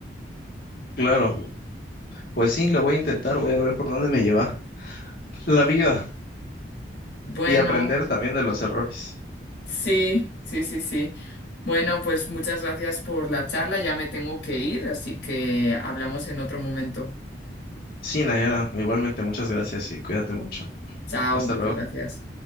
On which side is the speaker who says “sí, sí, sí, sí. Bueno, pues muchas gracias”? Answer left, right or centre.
Left